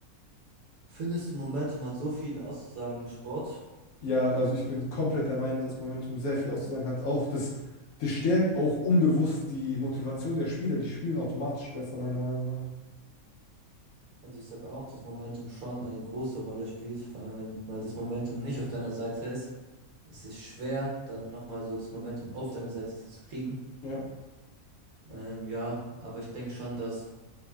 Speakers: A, on the right; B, on the left.
A: Findest du, Momentum hat so viel auszusagen im Sport?
B: Ja, also ich bin komplett der Meinung, dass Momentum sehr viel auszusagen hat. Auch das, das stärkt auch unbewusst die Motivation der Spieler. Die spielen automatisch besser, meiner Meinung nach.
A: Also ich sag auch, dass Momentum schon eine große Rolle spielt, vor allem wenn mal das Momentum nicht auf deiner Seite ist, ist es ist schwer, dann nochmal so das Momentum auf deine Seite zu kriegen.
B: Ja.
A: Ähm, ja, aber ich denke schon, dass,